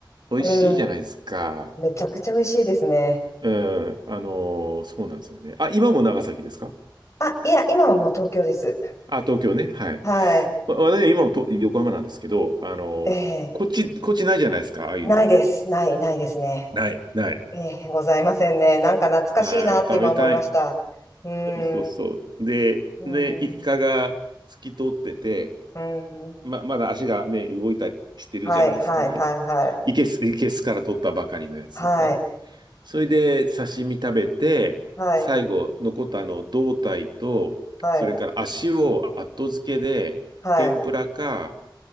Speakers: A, on the right; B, on the left.
A: おいしいじゃないですか。
B: うん。めちゃくちゃ美味しいですね。
A: うん、あの、そうなんですよね。あ、今も長崎ですか
B: あ、いや、今はもう東京です。
A: あ、東京ね。はい。
B: はい。
A: わ私は今もと横浜なんですけど、あの、
B: ええ
A: こっち、こっちないじゃないですか、ああいうの。
B: ないです。ない、ないですね。
A: ない、ない。
B: ええ、ございませんね。なんか懐かしいなって今思いました。
A: あー、食べたい。
B: うー
A: そうそうそう。
B: ん、
A: で、
B: うーん、
A: ね、イカが透き通ってて、
B: うーん。
A: ま、まだ足がね、動いたりしてるじゃないですか。
B: はい、はい、はい、はい。
A: いけす、いけすから取ったばかりのやつね。
B: はい、
A: それで刺身食べて、
B: はい、
A: 最後残ったあの胴体と、
B: はい、
A: それから足を後付けで天ぷらか
B: はい。